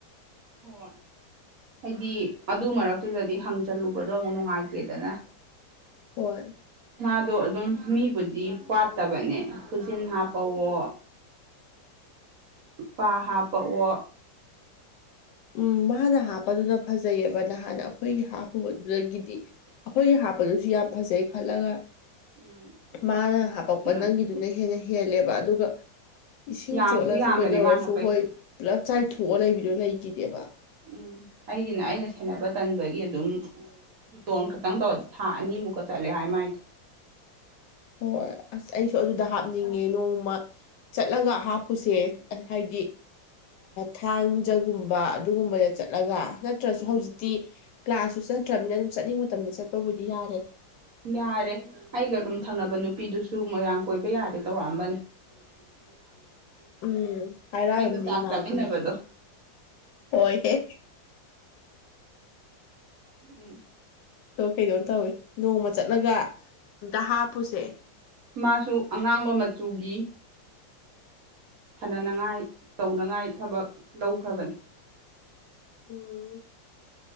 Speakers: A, on the right; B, on the left.
A: ꯍꯣꯏ꯫ ꯍꯥꯏꯗꯤ ꯑꯗꯨ ꯃꯔꯛꯇꯨꯗꯗꯤ ꯍꯪꯖꯜꯂꯨꯕꯗꯣ ꯑꯃꯨꯛ ꯅꯨꯡꯉꯥꯏꯇꯦꯗꯅ꯫
B: ꯍꯣꯏ꯫
A: ꯃꯥꯗꯣ ꯑꯗꯨꯝ ꯃꯤꯕꯨꯗꯤ ꯋꯥꯠꯇꯕꯅꯦ ꯈꯨꯖꯤꯟ ꯍꯥꯞꯄꯑꯣ,
B: <inaudible>
A: ꯄꯥ ꯍꯥꯞꯄꯑꯣ,
B: ꯎꯝ ꯃꯥꯅ ꯍꯥꯞꯄꯗꯨꯅ ꯐꯖꯩꯑꯦꯕ ꯅꯍꯥꯟ ꯑꯈꯣꯏꯒꯤ ꯍꯥꯞꯄꯨꯕꯗꯨꯗꯒꯤꯗꯤ ꯑꯈꯣꯏꯒꯤ ꯍꯥꯞ ꯄ ꯗꯨꯁꯨ ꯌꯥꯝ ꯐꯖꯩ ꯈꯜꯂꯒ
A: ꯎꯝ ꯃꯥꯏꯗꯨꯅꯗꯤ
B: ꯃꯥꯅ ꯍꯥꯄꯛꯄ
A: ꯍꯦꯟꯕꯅ꯫
B: ꯅꯪꯒꯤꯗꯨꯅ ꯍꯦꯟꯅ ꯍꯦꯜꯂꯦꯕ ꯑꯗꯨꯒ ꯏꯁꯤꯡ
A: ꯌꯥꯝꯁꯨ
B: ꯆꯣꯠꯂꯁꯨ
A: ꯌꯥꯝꯕꯅꯦ
B: ꯀꯩꯗꯧꯔꯁꯨ
A: ꯃꯥꯅ ꯍꯥꯞꯄꯛꯏꯗꯣ
B: ꯍꯣꯏ ꯄꯨꯂꯞ ꯆꯥꯏꯊꯣꯛꯑ ꯂꯩꯕꯤꯗꯣ ꯂꯩꯒꯤꯗꯦꯕ꯫
A: ꯎꯝ ꯑꯩꯒꯤꯅ ꯑꯩꯅ ꯁꯦꯟꯕ ꯇꯟꯕꯒꯤ ꯑꯗꯨꯝ, ꯑꯗꯨ ꯇꯣꯟ ꯈꯛꯇꯪ ꯇꯧꯔꯗꯤ ꯊꯥ ꯑꯅꯤꯃꯨꯛꯀ ꯆꯠꯂꯦ ꯍꯥꯏ ꯃꯥꯏꯗꯣ꯫
B: ꯍꯣꯏ ꯑꯁ ꯑꯩꯁꯨ ꯑꯗꯨꯗ ꯍꯥꯞꯅꯤꯡꯉꯦ ꯅꯣꯡꯃ ꯆꯠꯂꯒ ꯍꯥꯞꯄꯨꯁꯦ ꯍꯥꯏꯗꯤ, ꯊꯥꯡꯖꯒꯨꯝꯕ ꯑꯗꯨꯒꯨꯝꯕꯗ ꯆꯠꯂꯒ ꯅꯠ ꯇ꯭ꯔꯁꯨ
A: ꯎꯝ
B: ꯍꯧꯖꯤꯛꯇꯤ ꯀ꯭ꯂꯥꯁꯁꯨ ꯆꯠꯇ꯭ꯔꯃꯤꯅ ꯑꯗꯨꯝ ꯆꯠꯅꯤꯡꯕ ꯃꯇꯝꯗ ꯆꯠꯄꯕꯨꯗꯤ ꯌꯥꯔꯦꯗ꯫
A: ꯌꯥꯔꯦ ꯑꯩꯒ ꯔꯨꯝ ꯊꯪꯅꯕ ꯅꯨꯄꯤꯗꯨꯁꯨ ꯃꯣꯏꯔꯥꯡ ꯀꯣꯏꯕ ꯌꯥꯔꯦ ꯇꯧꯔꯛꯑꯝꯕꯅꯤ꯫ <inaudible>
B: ꯎꯝ ꯍꯥꯏꯔꯛꯑꯝꯅꯤ
A: ꯑꯩꯒ ꯆꯥꯛ
B: ꯃꯥꯗꯤ
A: ꯆꯥꯃꯤꯟꯅꯕꯗꯣ
B: ꯍꯣꯏ ꯍꯦ꯫
A: ꯎꯝ
B: ꯗꯣ ꯀꯩꯅꯣꯝ ꯇꯧꯋꯤ ꯅꯣꯡꯃ ꯆꯠꯂꯒ ꯑꯝꯇ ꯍꯥꯞꯄꯨꯁꯦ
A: ꯃꯥꯁꯨ ꯑꯉꯥꯡꯕ ꯃꯆꯨꯒꯤ ꯁꯥꯟꯅꯅꯉꯥꯏ ꯇꯧꯅꯉꯥꯏ ꯊꯕꯛ ꯂꯧꯈ꯭ꯔꯕꯅꯤ
B: ꯎꯝ